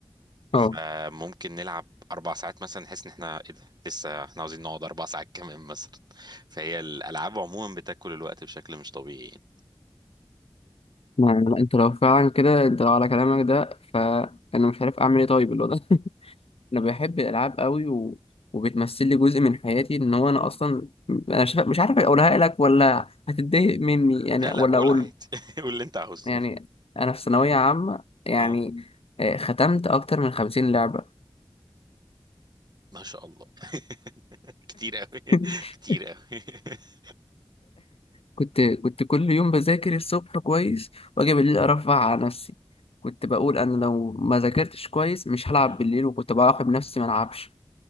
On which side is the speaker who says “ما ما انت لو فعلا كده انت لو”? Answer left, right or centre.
Left